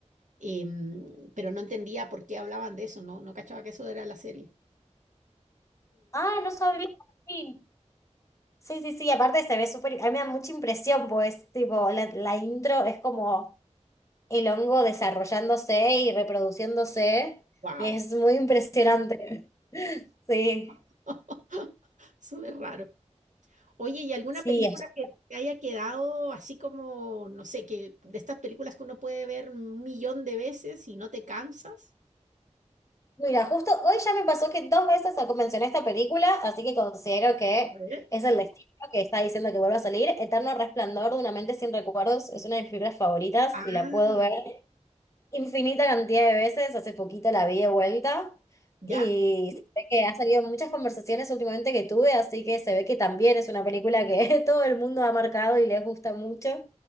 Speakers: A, on the right; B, on the left.
A: em, pero no entendía por qué hablaban de eso, no, no cachaba que eso era la serie.
B: Ah, no sabía. Sí, sí, sí, sí, aparte se ve súper, a mí me da mucha impresión, pues, tipo, la, la intro es como el hongo desarrollándose y reproduciéndose
A: wow.
B: y es muy impresionante. <laughs> Sí,
A: <laughs> Súper raro. Oye, ¿y alguna
B: sí.
A: película
B: es-
A: que te haya quedado así como, no sé, que de estas películas que uno puede ver un millón de veces y no te cansas?
B: Mira, justo hoy ya me pasó que dos veces mencioné esta película, así que considero que
A: A ver.
B: es el destino que está diciendo que vuelva a salir. Eterno Resplandor de una mente sin recuerdos es una de mis películas favoritas
A: Ah,
B: y la puedo ver. infinita cantidad de veces, hace poquito la vi de vuelta
A: ¿ya?
B: y se ve que ha salido en muchas conversaciones últimamente que tuve, así que se ve que también es una película que <laughs> todo el mundo ha marcado y les gusta mucho.